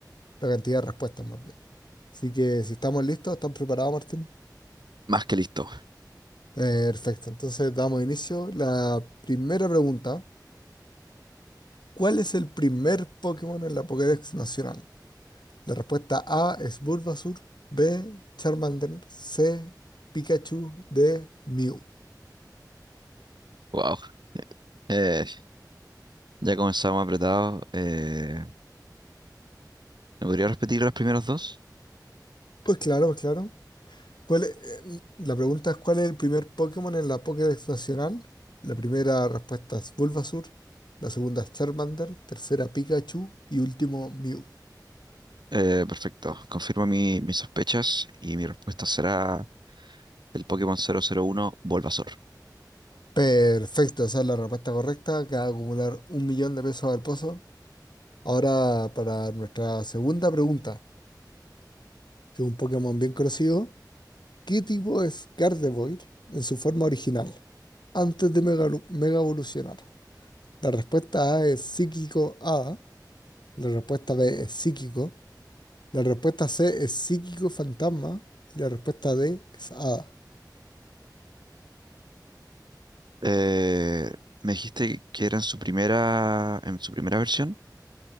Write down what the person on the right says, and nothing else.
Más que listo.
Wow. Eh, ya comenzamos apretados. Eh, ¿Me podría repetir las primeras dos?
Eh, perfecto. Confirmo mi- mis sospechas y mi respuesta será el Pokémon 001 Bulbasaur.
Eh, me dijiste que era en su primera, en su primera versión.